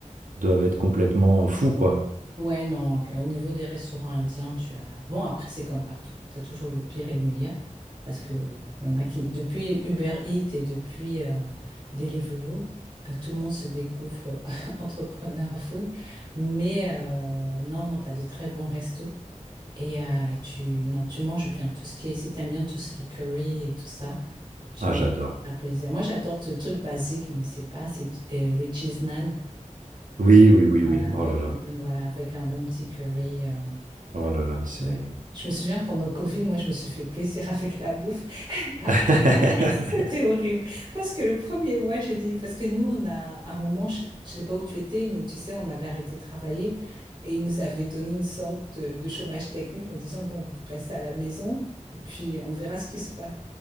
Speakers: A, on the right; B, on the right.
A: doivent être complètement fous, quoi.
B: Ouais, non, au niveau des restaurants indiens, tu as... Bon, après, c'est comme partout. Tu as toujours le pire et le meilleur. Parce que euh, il y en a qui, depuis Uber Eats et depuis euh, Deliveroo, euh, tout le monde se découvre <laughs> entrepreneur food. Mais euh, non, non, tu as de très bons restos. Et, euh, et tu, non, tu manges bien. Tout ce qui est, si t'aimes bien tout ce qui est curry et tout ça, tu,
A: Ah, j'adore.
B: tu as un plaisir. Moi, j'adore le truc basique, mais c'est pas, c'est euh, les cheese naan.
A: Oui, oui, oui,
B: Voilà,
A: oui.
B: avec
A: Oh là là.
B: une bonne, voilà, avec un bon petit curry. euh,
A: Oh là là, c'est...
B: Ouais. Je me souviens pendant Covid, moi je me suis fait plaisir avec la bouffe. <laughs> Après,
A: <laughs>
B: C'était horrible. Parce que le premier mois, j'ai dit, parce que nous, on a à un moment, je ne sais pas où tu étais, mais tu sais, on avait arrêté de travailler et ils nous avaient donné une sorte de, de chômage technique en disant, bon, vous ça à la maison et puis on verra ce qui se passe.